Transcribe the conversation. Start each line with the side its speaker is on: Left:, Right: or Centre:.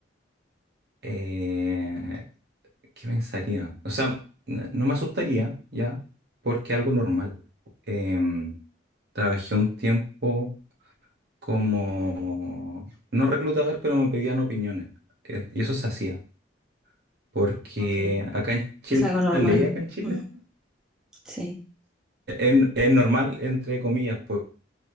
Right: Eh, ¿qué pensaría? O sea, n- no me asustaría ya, porque algo normal. Em, trabajé un tiempo como, no reclutador, pero me pedían opiniones. Eh, y eso se hacía, porque
Centre: Ok,
Right: acá en Chile,
Centre: es algo normal.
Right: la ley acá en Chile,
Centre: Mm, Sí.
Right: en- es normal, entre comillas, por-